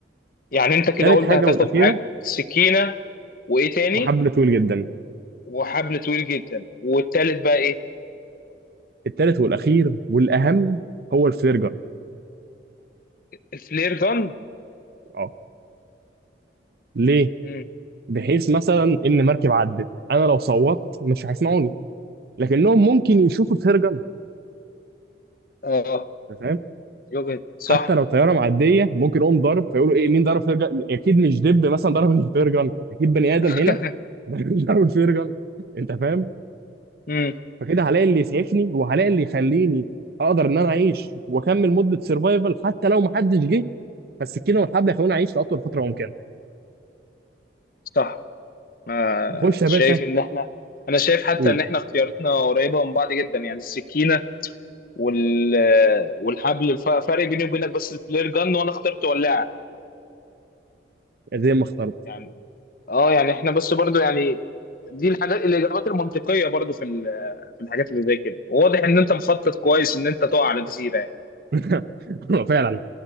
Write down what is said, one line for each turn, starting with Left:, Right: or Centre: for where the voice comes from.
Left: يعني انت كده
Right: تالت
Left: قلت
Right: حاجة
Left: هتاخد
Right: والأخيرة
Left: معاك سكينه وايه تاني
Right: وحبل طويل جدا
Left: وحبل طويل جدا والتالت بقى ايه
Right: التالت والأخير والأهم هو الفلير جن
Left: الفلير جن
Right: اه ليه؟
Left: مم.
Right: بحيث مثلا إن مركب عدت أنا لو صوتت مش هيسمعوني لكنهم ممكن يشوفوا الفلير جن
Left: اه
Right: أنت فاهم؟
Left: يوجد صح
Right: حتى لو طيارة معدية ممكن يقوم ضرب فيقولوا إيه مين ضرب فلير جن؟ أكيد مش دب مثلا ضرب الفلير جن أكيد بني آدم
Left: <laughs>
Right: هنا <laughs> ضرب الفلير جن أنت فاهم؟
Left: مم.
Right: فكده هلاقي اللي يسعفني وهلاقي اللي يخليني أقدر إن أنا أعيش وأكمل مدة سرفايفل حتى لو محدش جه فالسكينة والحبل هيخلوني أعيش لأطول فترة ممكنة
Left: صح ما
Right: خش يا
Left: شايف
Right: باشا
Left: ان احنا انا شايف حتى
Right: قول
Left: ان احنا اختياراتنا قريبه من بعض جدا يعني السكينه وال والحبل ف- فرق بيني وبينك بس الفلير جن وانا اخترت ولاعه
Right: زي ما اخترت
Left: يعني اه يعني احنا بس برضو يعني دي الحاجات الاجابات المنطقيه برضو في ال- في الحاجات اللي زي كده واضح ان انت مخطط كويس ان انت تقع على جزيره يعني
Right: <laughs> فعلا انا